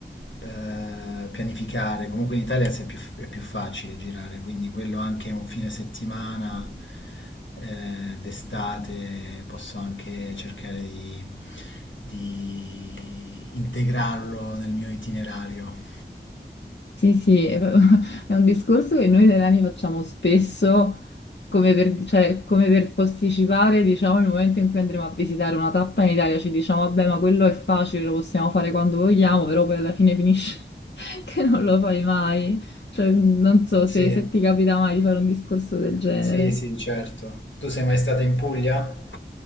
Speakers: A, on the left; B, on the left.
A: eh, pianificare. Comunque in Italia si è più, è più facile girare, quindi quello anche un fine settimana eh, d'estate posso anche cercare di, di integrarlo nel mio itinerario.
B: Sì, sì, è proprio- <laughs> è un discorso che noi italiani facciamo spesso come per, cioè, come per posticipare, diciamo, il momento in cui andremo a visitare una tappa in Italia, ci diciamo, vabbè, ma quello è facile, lo possiamo fare quando vogliamo, però poi alla fine finisce <laughs> che non lo fai mai. Cioè, non so
A: Sì,
B: se, se ti capita mai di fare un discorso del genere.
A: sì, sì, certo. Tu sei mai stata in Puglia?